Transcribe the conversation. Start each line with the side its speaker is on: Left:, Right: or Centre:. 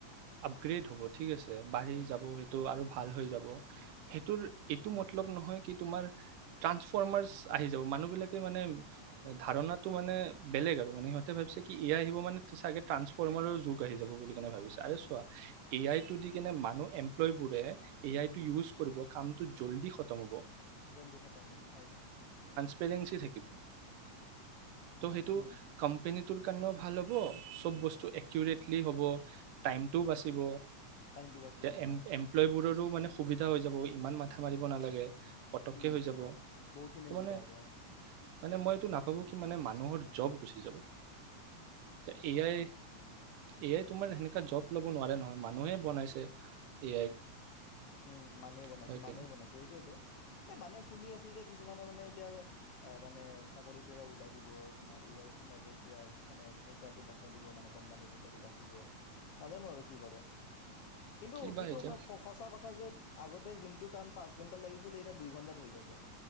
Right: আপগ্ৰেড হ'ব ঠিক আছে বাঢ়ি
Left: উম
Right: যাব সেইটো আৰু ভাল হৈ যাব সেইটো এইটো মলব নহয় কি তোমাৰ ট্ৰানফৰমাৰ্চ আহি যাব মানুহ বিলাকে মানে ধাৰণটো মানে বেলেগ আৰু মানে সিহঁতে ভাবিছে কি এ আই আহিব মানে চাগে ট্ৰা্ঞ্চফৰ্মাৰৰ যুগ আহি যাব বুলি কেনে ভাবিছে আৰে চোৱা এ আইটো দি কেনে মানুহ এমপ্লয়বোৰে এ আই
Left: উম
Right: টো ইউজ কৰিব কামটো জল্দি খতম হ'ব
Left: জল্দি খটাম হব হয়
Right: েংি থাকিব <unintelligible> ত' সেইটো
Left: উম
Right: কোম্পেনীটোৰ কাৰণেও ভাল হ'ব চব বস্তু একিউৰেটলি হ'ব টাইমটোও বাচিব
Left: টাইমটো বাচিব
Right: এ
Left: হয়
Right: এমপ্লয় বোৰৰো মানে সুবিধা হৈ যাব ইমান মাথা মাৰিব নালাগে পতককে
Left: উম
Right: হৈ যাব
Left: বহুতখিনি
Right: ত
Left: সুবিধা
Right: মানে
Left: হ'ব
Right: মানে মই এইটো নাভাবো কি মানে মানুহৰ জব গুচি যাব ত এ আই এ আই তোমাৰ সেনেকা জব লব নোৱাৰে নহয় মানুহে বনাইছে এ আইক
Left: উম মানুহে বনাইছে
Right: হয় কিনা
Left: মানুহে বনাইছে হেইটোৱেটো এ মানে শুনি আছো যে কিছুমানৰ মানে এতিয়া মানে চাকৰিৰ পৰা ওলাই দিব তোমাৰ এ আই সোমাব এতিয়া মানে পইচাটো বচাই দিব মানে কোম্পানীৰ পইচাটো বাচিব নাজানো আৰু কি কৰে কিন্তু
Right: কি বা
Left: সেইটো
Right: এতিয়া
Left: সঁচা কথা ক যে আগতে যোনটো কাম পাঁচ ঘণ্টা লাগিছিল এটা দুই ঘণ্টা হৈ যাব